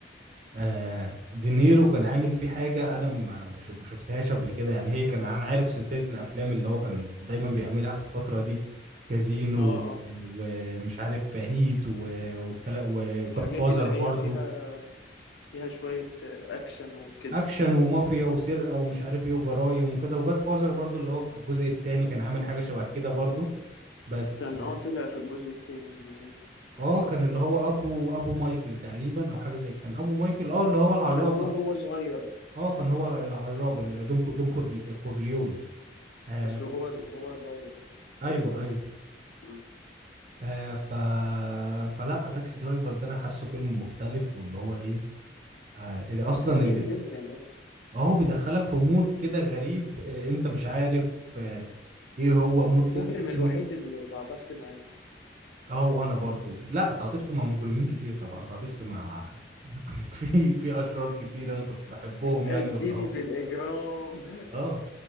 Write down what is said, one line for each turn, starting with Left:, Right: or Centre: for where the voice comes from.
Right: آه دينيرو كان عامل فيه حاجة أنا ما ما شف- ما شفتهاش قبل كده يعني هي كان أنا عارف سلسلة الأفلام اللي هو كان دايما بيعملها في الفترة دي كازينو
Left: اه
Right: و-
Left: اه
Right: ومش عارف هيت والكلام وجاد
Left: والحاجات
Right: فازر
Left: اللي
Right: برضو
Left: هي فيها فيها شوية آه، اكشن وكده
Right: أكشن ومافيا وسرقة ومش عارف إيه وجرايم وكده وجاد فازر برضو اللي هو في الجزء التاني كان عامل حاجة شبه كده برضو بس
Left: كان اه طلع في الجزء التاني دينيرو
Right: آه كان اللي هو أبو أبو مايكل تقريبا أو حاجة زي كان أبو مايكل آه اللي هو العراب
Left: كان ابوه
Right: أصلا
Left: هو صغير
Right: آه كان هو العراب اللي- دون
Left: مم.
Right: كو- دون كورليوني آه
Left: بس وهو وهو صغير وهو
Right: ايوه
Left: شباب
Right: ايوه
Left: مم.
Right: آه ف فلا تاكسي درايفر ده انا حاسه فيلم مختلف واللي هو ايه آه إذا اصلا
Left: جميل جدا يا اسطى
Right: اهو بيدخلك في مود كده غريب آه انت مش عارف آه ايه هو مود
Left: المجرم
Right: كده تحس
Left: الوحيد
Right: ان انت
Left: اللي تعاطفت معاه
Right: اه وانا برضو لا اتعاطفت مع مجرمين كتير طبعا اتعاطفت مع <laughs> في في اشرار كتير انا كنت بحبهم
Left: اديني
Right: يعني واللي هو
Left: في الاجرام
Right: اه
Left: <laughs>